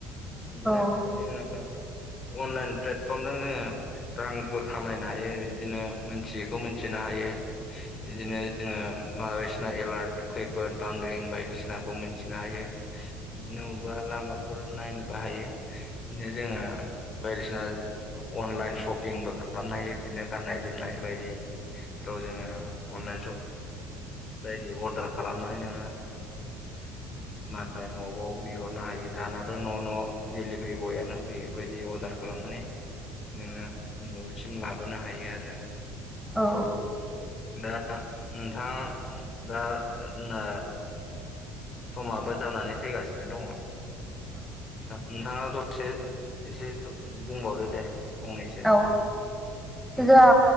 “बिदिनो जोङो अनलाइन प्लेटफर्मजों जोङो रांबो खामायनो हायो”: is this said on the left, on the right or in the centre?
Left